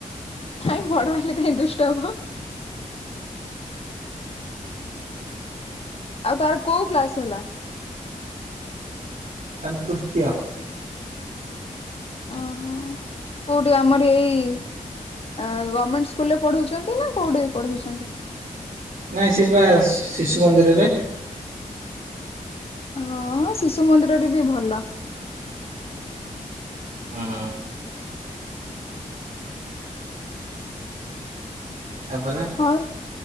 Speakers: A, on the left (about 45°); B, on the right (about 75°).
A: କାଇଁ ବଡ଼ ହେଲେ କାଇଁ ଦୁଷ୍ଟ ହବ। ଆଉ ତାର କୋଉ କ୍ଲାସ୍ ହେଲା?
B: ତାର ତୁର୍ତିଅ।
A: ଅହ, କୋଉଟି ଆମରି ଏଇ ଏ ଗମ୍ମେଣ୍ଟ ସ୍କୁଲରେ ପଢ଼ଉଛନ୍ତି ନା? କୋଉଠି ଏ ପଢ଼ଉଛନ୍ତି?
B: ନାଇଁ ସେଇବା ଶି ଶିଶୁ ମନ୍ଦିରରେ
A: ହଁ ଶିଶୁ ମନ୍ଦିରଟି ବି ଭଲ
B: ହଁ ତାପରେ
A: ହଁ